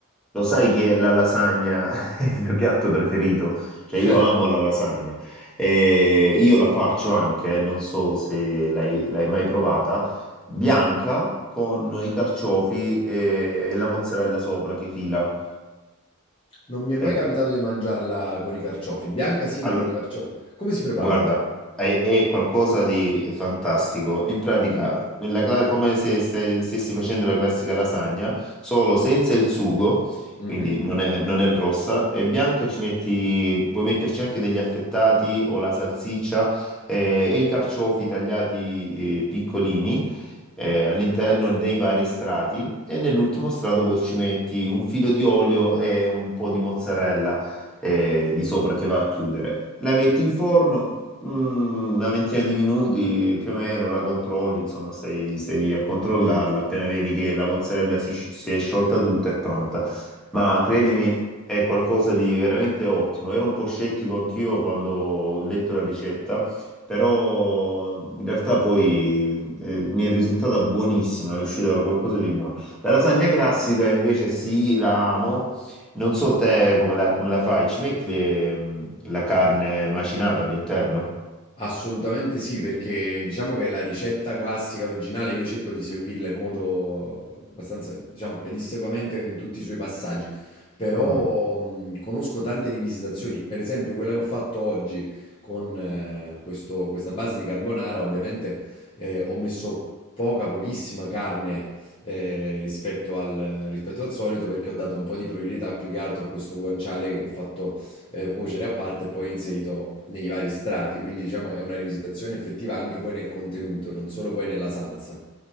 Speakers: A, in the centre; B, on the left.
A: lo sai che la lasagna <laughs> è il mio piatto preferito? Cioè
B: <laughs>
A: io amo la lasagna e io la faccio anche, eh, non so se l'hai l'hai mai provata, bianca con i carciofi e, e la mozzarella sopra che fila.
B: Non mi è mai
A: E-
B: capitato di mangiarla con i carciofi. Bianca sì,
A: all-
B: ma con i carciofi. Come si prepara?
A: Guarda, è, è qualcosa di fantastico. In pratica, nella cla- come se stai- stessi facendo la classica lasagna, solo senza il sugo,
B: Mhm.
A: quindi non è, non è rossa, è bianca e ci metti, puoi metterci anche degli affettati o la salsiccia eh, e i carciofi tagliati eh, piccolini eh, all'interno dei vari strati e nell'ultimo strato poi ci metti un filo di olio e un po' di mozzarella eh, di sopra che va a chiudere. La metti in forno, mm, una ventina di minuti più o meno, la controlli, insomma, stai, stai lì a controllarla. Appena vedi che la mozzarella si, sci- si è sciolta tutta, è pronta. Ma credimi. È qualcosa di veramente ottimo. Ero un po' scettico anch'io quando ho letto la ricetta, però in realtà poi eh, mi è risultata buonissima, è uscita qualcosa di buono. La lasagna classica invece sì, la amo, non so te come la, come la fai, ci metti le- mh, la carne macinata all'interno?
B: Assolutamente sì, perché diciamo che la ricetta classica originale io cerco di seguirla in modo abbastanza, diciamo, pedissequamente in tutti i suoi passaggi, però
A: Mm,
B: mh, conosco tante rivisitazioni, per esempio quella che ho fatto oggi con eh, questo- questa base di carbonara, ovviamente eh, ho messo poca, pochissima carne eh, rispetto al, rispetto al solito perché ho dato un po' di priorità più che altro a questo guanciale che ho fatto eh, cuocere a parte e poi inserito nei vari strati, quindi diciamo è una rivisitazione effettiva anche poi nel contenuto, non solo poi nella salsa.